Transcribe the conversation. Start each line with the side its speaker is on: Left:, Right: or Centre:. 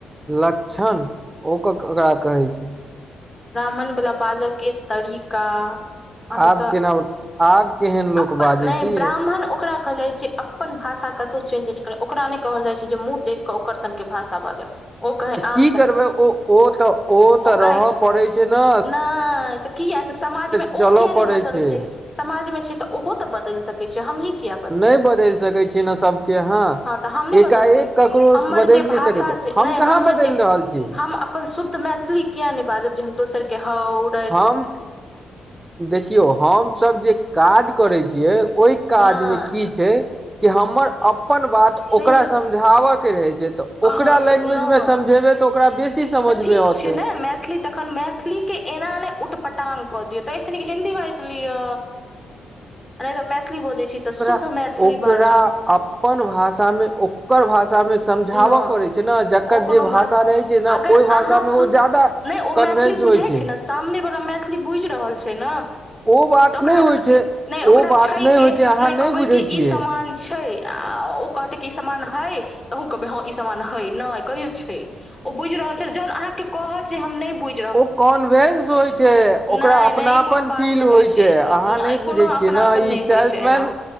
Right: लक्षण ओकरा केकरा कहै छै?
Left: ब्राह्मणवला बाजऽ के तरीका। अचछा
Right: आब
Left: तऽ
Right: केना आब केहन
Left: अपन
Right: लोक बाजै
Left: नहि
Right: छै यै
Left: ब्राह्मण ओकरा कहल जाइ छै अपन भाषा कतहु चेंज नहि करय ओकरा नहि कहल जाइ छै जे मुँह देख कऽ ओकर सन के भाषा बाजब ओ कहै आम
Right: की
Left: त
Right: करबै ओ ओ तऽ
Left: ओ
Right: तऽ रहऽ
Left: कहै
Right: पड़ै छै ना
Left: नहि तऽ किया तऽ समाजमे ओ
Right: चलऽ
Left: किया नहि
Right: पड़ै
Left: बदलतै
Right: छै
Left: समाज मे छै तऽ ओहो तऽ बदलि सकैत छै हमही किया बदल
Right: नहि बदलि सकै छी ने सबके आहाँ
Left: हँ तऽ हम नहि
Right: एकाएक
Left: बदलबै
Right: ककरो
Left: हमर
Right: बदलि
Left: जे
Right: नहि
Left: भाषा
Right: सकै छै हम
Left: नहि
Right: कहाँ
Left: हमर
Right: बदलि
Left: जे
Right: रहल छी
Left: हम अपन शुद्ध मैथिली किया नहि बाजब जे हम दोसर के हउ
Right: हम देखियौ हमस जे काज करै छियै ओहि काज
Left: नहि
Right: मे की छै कि हमर अपन बात
Left: से
Right: ओकरा
Left: सब
Right: समझाब के रहै छै तऽ
Left: हँ
Right: ओकरा
Left: तऽ
Right: लैंग्वेजमे
Left: नहि
Right: समझेबै तऽ ओकरा बेसी समझमे
Left: तऽ ठीक
Right: अतै
Left: छै ने मैथिली तखन मैथिली के एना नहि उट पटांग कऽ दियौ तैसैनिक हिन्दी बाजिलियै नहि तऽ मैथिली बोजै छी
Right: ओकरा
Left: तऽ शुद्ध मैथिल मैथिली
Right: ओकरा
Left: बाजु
Right: अपन भाषा मे ओकर भाषा मे समझाबऽ
Left: न
Right: पड़ैत छै ने जकर
Left: ओ कोनो
Right: जे भाषा
Left: बात नहि।
Right: रहै छै ने
Left: अगर
Right: ओहि
Left: अहाँ
Right: भाषामे
Left: सुत
Right: ओ जादा
Left: नहि ओ मैथिली
Right: कनवेन्स
Left: बुझै
Right: होइ छै
Left: ने सामने वाला मैथिली बुझ रहल छै ना
Right: ओ बात
Left: तऽ ओकरा
Right: नहि होइ छै
Left: नहि ओकरा
Right: ओ
Left: छै
Right: बात नहि
Left: के
Right: होइ छै अहाँ
Left: नहि कहबै
Right: बुझै
Left: की ई
Right: छियै
Left: समान छै आ ओ कहते क ई समान है तह कहबै हँ ई सामान है नहि कहियो छै ओ बुझि रहल छै जहन अहाँके कहत जे हम नहि बुझ
Right: ओ कॉन्वेंस होइ छै
Left: नहि
Right: ओकरा अपनापन
Left: नहि ई कोनो बात
Right: फील
Left: नहि
Right: होइ छै
Left: ई
Right: अहाँ नहि
Left: कोनो
Right: बुझै छियै
Left: अपना
Right: ने
Left: अपन
Right: ई
Left: नहि
Right: सेल्सन
Left: होइ छै एना